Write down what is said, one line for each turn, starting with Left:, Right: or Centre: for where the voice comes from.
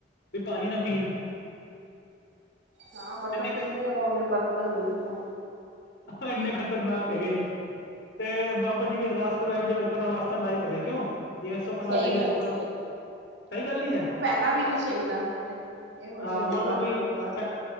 Left: ਵੀ ਪਾਣੀ ਨਾ ਪੀਣ
Right: ਹਾਂ ਪਤਾ
Left: ਇੰਨੇ
Right: ਕਿੰਨੇ ਉਹ ਨੇ ਬਦਤਮੀਜ਼ ਨੇ
Left: ਇੰਨੇ ਖ਼ਤਰਨਾਕ ਹੈਗੇ ਨੇ, ਤੇ ਬਾਬਾ ਜੀ ਕੀ ਅਰਦਾਸ ਕਰੋ ਐਵੇ ਜੇ ਲੋਕ ਘਰਾਂ ਵਾਸਤੇ ਨਾ ਈ ਪਵੇ ਕਿਉਂ? ਜਿਵੇਂ ਸੁੱਖ ਨਾਲ
Right: ਸਹੀ
Left: ਜਾਈਏ
Right: ਗੱਲ
Left: ਸੁੱਖ
Right: ਏ
Left: ਨਾਲ
Right: ਸਹੀ ਗੱਲ
Left: ਸਹੀ ਗੱਲ ਨਹੀਂ ਹੈ
Right: ਉਹ ਪਹਿਨਾ ਵੀ ਨੀ ਚਾਈਦਾ ਇਹੋ
Left: ਹਾਂ
Right: ਜਿਹੇ ਲੋਕਾਂ
Left: ਮੰਨ ਲਓ
Right: ਨਾਲ
Left: ਕੋਈ
Right: ਤੇ ਬਸ
Left: ਫੈ